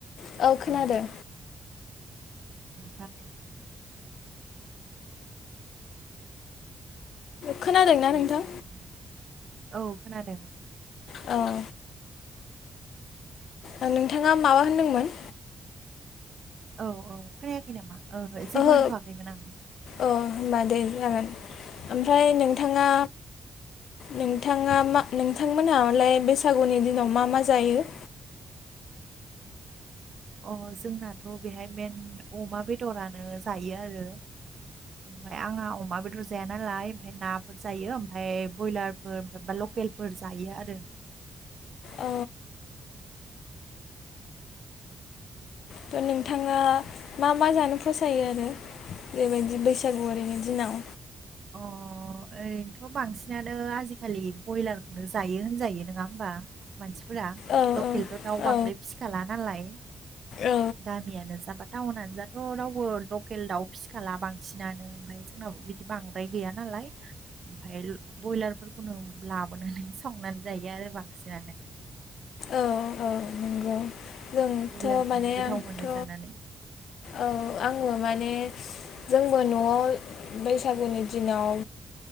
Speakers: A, on the left; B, on the right.
A: औ खोनादों
B: ओं बिनि थाखाय
A: खोनादोंना
B: ओमफ्राय
A: नोंथां
B: जोङो औ खोनादों
A: औ ओं नोंथाङा माबा होनदोंमोन
B: औ औ खोनायाखै नामा? जेबो
A: ओहो
B: होनथ'वाखैमोन आं
A: अ होनबा दे जागोन ओमफ्राय नोंथाङा नोंथाङा मा नोंथांमोनहालाय बैसागुनि दिनाव मा मा जायो?
B: अ जोंनाथ' बेहाय मेन अमा बेदरानो जायो आरो ओमफफ्राय आंहा अमा बेदर जाया नालाय ओमफफ्राय नाफोर जायो ओमफ्राय ब्रयलारफोर ओमफ्राया लकेल फोर जायो आरो।
A: औ थ' नोंथाङा मा मा जानो फसायो आरो बेबायदि बैसागुवारि ओरैनो दिनाव
B: अ ओरैनोथ' बांसिनानो आजिखालि ब्रयलारखौनो जायो होनजायो नङा होमबा मानसि फोरा
A: औ
B: लकेलथ' दाउ
A: औ
B: बांद्राय फिखाला नालाय
A: औ
B: गामियानो जााबा टाउनानो जाथ' रावबो लकेल दाउ फिसिखाला बांसिनानो ओमफ्राय जोंनाबो बिदि बां द्राय गैया ना लाय ओमफफ्राय ब्रयलारफोरखौनो लाबोनानै संनानै जायो आरो बांसिनानो
A: औ औ नंगौ
B: बयलारखौनो
A: थ' माने
B: गोथाव
A: आंथ'
B: मोनो जानानै
A: औ आङो माने जोंबो न'आव बैसागुनि दिनाव